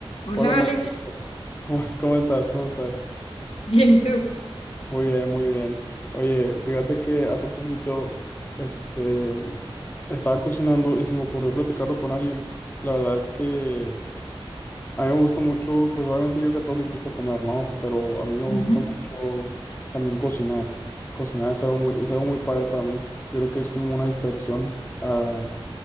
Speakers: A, on the left; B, on the left.
A: Hola
B: Hola, María.
A: Alex,
B: ¿Cómo, cómo estás? ¿Cómo estás?
A: bien, ¿y tú?
B: Muy bien, muy bien. Oye, fíjate que hace poquito, este, estaba cocinando y se me ocurrió platicarlo con alguien. La verdad es que a mí me gusta mucho, pues obviamente yo creo que a todos nos gusta comer, ¿no? Pero a mí me gusta
A: Ujú,
B: mucho también cocinar. Cocinar es algo muy, es algo muy padre para mí. Yo creo que es como una distracción a,